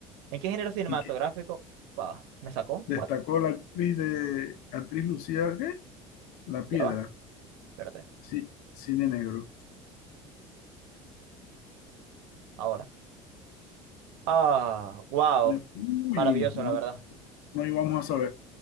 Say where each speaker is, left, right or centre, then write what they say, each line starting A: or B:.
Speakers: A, on the right (about 65°); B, on the left (about 55°).
A: ¿En qué género cinematográfico?
B: ¿En qué?
A: Upa, me sacó.
B: Destacó
A: ¿What?
B: la actriz de actriz Lucía, ¿qué? La
A: Ya
B: Piedra.
A: va, espérate.
B: Sí, cine negro.
A: Ahora. Ah, wow.
B: Le- Uy,
A: Maravilloso,
B: no,
A: la verdad.
B: no íbamos a saber.